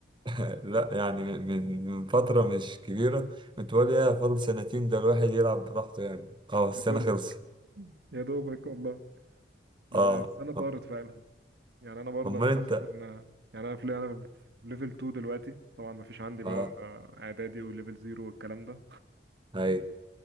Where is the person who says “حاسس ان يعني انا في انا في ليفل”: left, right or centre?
Right